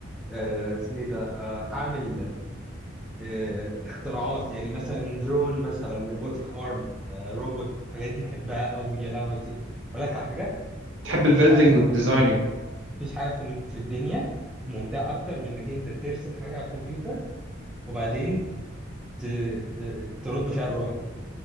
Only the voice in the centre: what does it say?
آه، اسمه ايه ده آه، اعمل آه، اختراعات يعني مثلا درون مثلا روبوتك ارم روبوت الحاجات دي بحبها قوي يا لهوي يا سيف اقول لك على حاجه
مفيش حاجه
مفيش حاجه في ال- في الدنيا ممتعه اكتر من انك انت ترسم حاجه على الكمبيوتر وبعدين ت... ترد فيها الروح كده